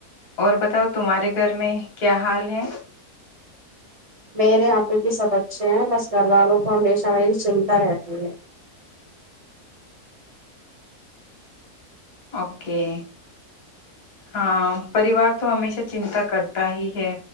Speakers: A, on the left; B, on the right.
A: اور بتاؤ تمہارے گھر میں کیا حال ہے
B: میرے یہاں پہ بھی سب اچھے ہیں بس گھر والوں کو ہمیشہیری چنتا رہتی ت <unintelligible>
A: اوکے ہاں پریوار تو ہمیشہ چنتا کرتا ہی ہے